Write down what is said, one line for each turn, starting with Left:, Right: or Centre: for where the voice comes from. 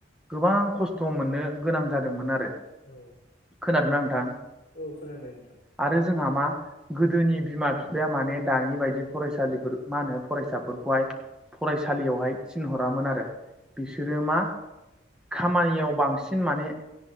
Centre: गोबां खस्थ' मोननो गोनां जादोंमोन आरो
Left: औ
Centre: खोनादों नोंथां
Left: औ खोनादो नोंथां
Centre: आरो जोंहा मा गोदोनि बिमा बिफाया माने दानि बायदि फरायसालिफोर मा होनो फरायसाफोरखौहाय फरायसालियावहाय थिनहरामोन आरो बिसोरो
Left: औ
Centre: मा खामानियाव बांसिन माने